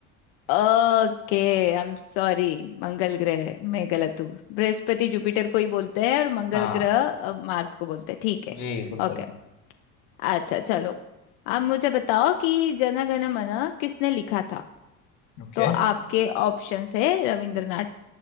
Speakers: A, on the left (about 85°); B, on the left (about 50°).
A: Okay I am sorry मंगल ग्रह मैं गलत हूँ बृहस्पति जुपिटर को ही बोलते हैं और मंगल
B: हाँ
A: ग्रह अ, मार्स को बोलते हैं ठीक है
B: जी बिल्कुल
A: ओके अच्छा चलो अब मुझे बताओ कि जन गण मन किसने लिखा था
B: ओके
A: तो आपके ऑप्शंस है रविंद्रनाथ